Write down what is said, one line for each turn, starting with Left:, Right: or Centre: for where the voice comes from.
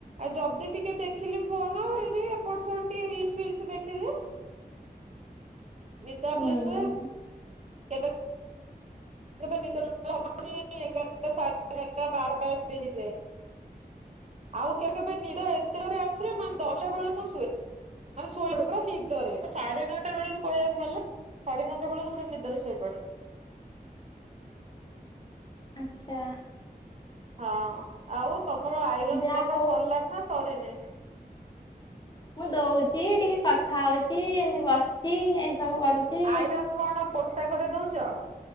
Right: ଆଉ ଯଦି ଟିକେ ଦେଖିଲି ଫୋନ ଏପଟ ସେପଟ ଟିକେ ରିଲସ୍ ଫିଲ୍ସ ଦେଖିଦିଏ
Left: <inaudible>
Right: ନିଦ ଆସିଲେ
Left: ହୁଁ
Right: ଶୁଏ। କେବେ କେବେ ନିଦ ଟୋଟାଲି ହବନି ଏଗାରଟା ସାଢେ ଏଗାରଟା ବାରଟା ଏମତି ହେଇଯାଏ। ଆଉ କେବେ କେବେ ନିଦ ଏତେ ଜୋରେ ଆସିଲେ ମାନେ ଦଶଟା ବେଳୁ ମୁଁ ଶୁଏ। ମାନେ ଶୋଇପଡେ ପୁରା ନିଦରେ ସାଢେ ନଅଟା ବେଳରୁ କହିବାକୁ ଗଲେ ସାଢେ ନଅଟା ବେଳରୁ ପୁରା ନିଦରେ ଶୋଇପଡେ।
Left: ଆଚ୍ଛା।
Right: ହଁ ଆଉ ତମର ଆଇରନ୍
Left: ଯାହା
Right: ଦବା
Left: ହଉ
Right: ସରିଲାଣି ନା ସରିନି?
Left: ମୁଁ ଦଉଛି ଟିକେ କଥା ହଉଛି। ଏମତି ବସିଛି। ସବୁ କରୁଛି
Right: ଆଇରନ୍ କଣ ପୋଷାକରେ ଦଉଛ